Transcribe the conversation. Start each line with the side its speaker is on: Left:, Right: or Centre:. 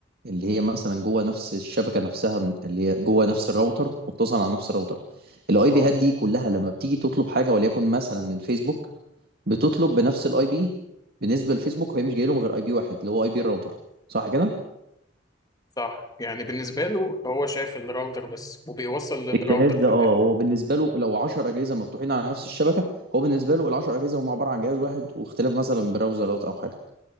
Right: اللي هي مثلا جوه نفس الشبكه نفسها من- اللي هي جوه نفس الراوتر متصل على نفس الراوتر الاي
Left: اه
Right: بي هات دي كلها لما بتيجي تطلب حاجه وليكن مثلا من فيسبوك بتطلب بنفس الاي بي بالنسبه للفيسبوك هي مش جاي لهم غير اي بي واحد اللي هو اي بي الراوتر صح كده
Left: صح يعني بالنسبة له هو شايف الراوتر بس وبيوصل للراوتر
Right: الجهاز ده
Left: في
Right: اه
Left: الاخر
Right: هو بالنسبه بالنسبه له لو 10 اجهزه مفتوحين على نفس الشبكه هو بالنسبه له ال 10 اجهزه هم عباره عن جهاز واحد واختلاف مثلا براوزرات او حاجه